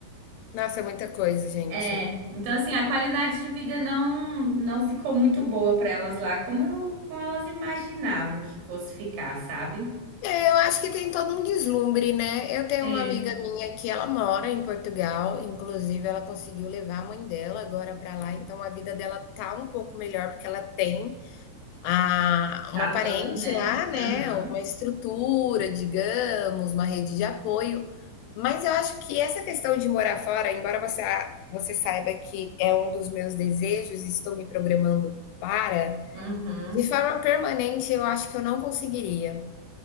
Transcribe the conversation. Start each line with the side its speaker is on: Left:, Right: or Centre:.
Left: Nossa, é muita coisa, gente.
Right: É, então assim, a qualidade de vida não não ficou muito boa para elas lá, como eu, como elas imaginavam que fosse ficar, sabe?
Left: É, eu acho que tem todo um deslumbre, né? Eu tenho
Right: É.
Left: uma amiga minha que ela mora em Portugal, inclusive ela conseguiu levar a mãe dela agora para lá, então a vida dela tá um pouco melhor porque ela tem a
Right: A
Left: uma
Right: mãe,
Left: parente
Right: né?
Left: lá, né,
Right: Aham.
Left: uma estrutura, digamos, uma rede de apoio. Mas eu acho que essa questão de morar fora, embora você, a- você saiba que é um dos meus desejos e estou me programando para,
Right: Uhum.
Left: de forma permanente eu acho que eu não conseguiria.